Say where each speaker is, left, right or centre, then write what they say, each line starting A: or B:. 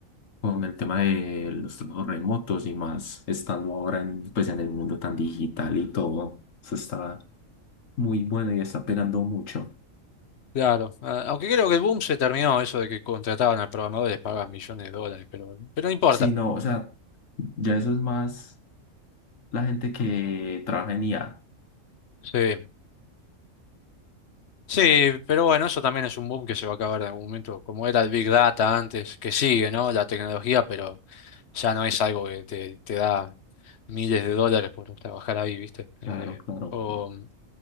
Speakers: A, on the left (about 75°); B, on the left (about 55°).
A: con el tema de los trabajos remotos y más estando ahora en, pues, en el mundo tan digital y todo. Eso está muy bueno y está pegando mucho.
B: claro. Ah, Aunque creo que el boom se terminó, eso de que contrataban a programadores, pagaban millones de dólares, pero, pero no importa.
A: Sí, no, o sea, ya eso es más la gente que trabaja en IA.
B: Sí. Sí, pero bueno, eso también es un boom que se va a acabar en algún momento, como era el Big Data antes, que sigue, ¿no? La tecnología, pero ya no es algo que te, te da miles de dólares por trabajar ahí, ¿viste? Eh,
A: Claro, claro.
B: o mm,